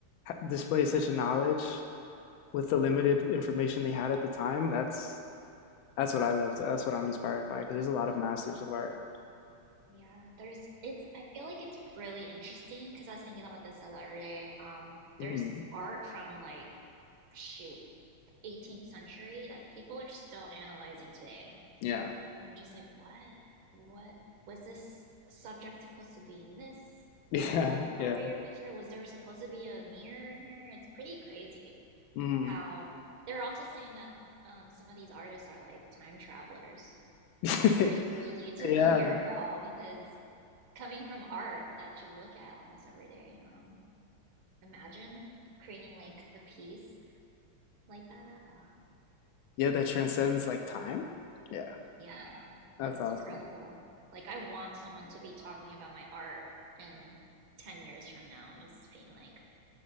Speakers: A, on the left; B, on the right.
A: display such a knowledge with the limited information they had at the time, that's that's what I love. To, that's what I'm inspired by because there's a lot
B: Oh
A: of masters
B: wow.
A: of art.
B: Yeah, there's it's I feel like it's really interesting because I was thinking about this the other day. Um,
A: Mhm.
B: there's art from like shoot 18th century that people are still analyzing today.
A: Yeah.
B: And they're just like, what? What was this subject supposed to be in this
A: <laughs> Yeah.
B: uh part
A: Yeah.
B: of your picture? Was there supposed to be a mirror in here? It's pretty crazy
A: Mm.
B: how they're also saying that um some of these artists are like time travelers, which
A: <laughs>
B: is pretty crazy to
A: Yeah.
B: <laughs> hear about because coming from art that you look at almost every day. Um, imagine creating like a piece like that. Uh,
A: Yeah, that transcends like time. Yeah.
B: yeah,
A: That's
B: that's
A: awesome.
B: incredible. Like, I want someone to be talking about my art in 10 years from now and just being like,